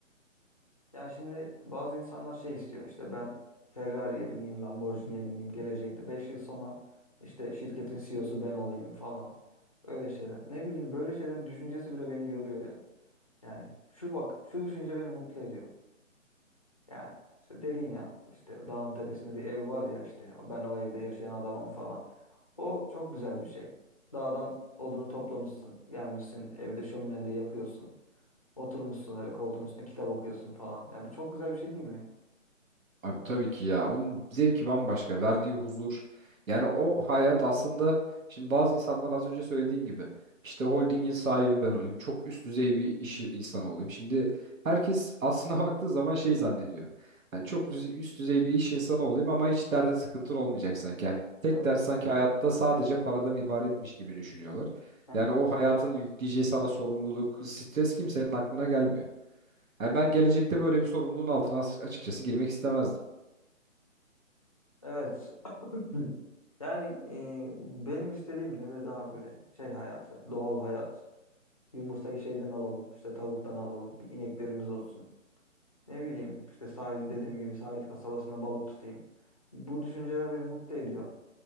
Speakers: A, on the left; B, on the right.
A: Ya şimdi bazı insanlar şey istiyor. İşte ben Ferrari'ye bineyim, Lamborghini'ye bineyim gelecekte 5 yıl sonra işte şirketin CEO'su ben olayım falan. Öyle şeyler. Ne bileyim böyle şeylerin düşüncesi bile beni yoruyor ya. Yani şu bak şu düşünce beni mutlu ediyor. Yani işte dedin ya işte dağın tepesinde bir ev var ya işte ben o evde yaşayan adamım falan. O çok güzel bir şey. Dağdan odunu toplamışsın, gelmişsin evde şöminende yakıyorsun. Oturmuşsun öyle koltuğun üstüne kitap okuyorsun falan. Ya bu çok güzel bir şey değil mi ya?
B: Abi tabii ki ya. Onun zevki bambaşka. Verdiği huzur. Yani o hayat aslında şimdi bazı insanlar az önce söylediğin gibi işte holdingin sahibi ben olayım. Çok üst düzey bir iş insanı olayım. Şimdi herkes aslına <laughs> baktığı zaman şey zannediyor. Yani çok düze- üst düzey bir iş insanı olayım ama hiç derdin sıkıntın olmayacak sanki. Yani tek
A: Evet.
B: dert sanki hayatta sadece paradan ibaretmiş gibi düşünüyorlar.
A: Aha.
B: Yani o hayatın yükleyeceği sana sorumluluk, stres kimsenin aklına gelmiyor. Yani ben gelecekte böyle bir sorumluluğun altına as- açıkçası girmek istemezdim.
A: Evet. Hı. Evet. Yani e, benim istediğim de böyle daha böyle şey hayatı, doğal hayat. Yumurtayı şeyden alalım, işte tavuktan alalım, bir ineklerimiz olsun. Ne bileyim, işte sahil dediğim gibi sahil kasabasında balık tutayım. Bu düşünceler beni mutlu ediyor.